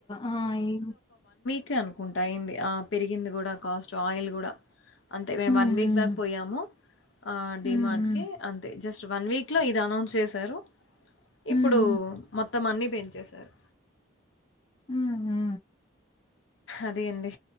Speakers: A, on the left; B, on the left.
A: ఆ ఈ
B: కె అనుకుంటా అయింది ఆ పెరిగింది కూడా కాస్ట్ ఆయిల్ కూడా అంతే మేము
A: హ్మ్.
B: వన్ వీక్ బ్యాక్ పోయాము ఆ డి
A: హ్మ్.
B: మార్ట్
A: హ్మ్.
B: కి అంతే జస్ట్ వన్ వీక్ లో ఇది అనౌన్స్ చేశారు
A: హ్మ్.
B: ఇప్పుడు
A: హ్మ్.
B: మొత్తం అన్నీ పెంచేశారు
A: హ్మ్ హు
B: అదే అండి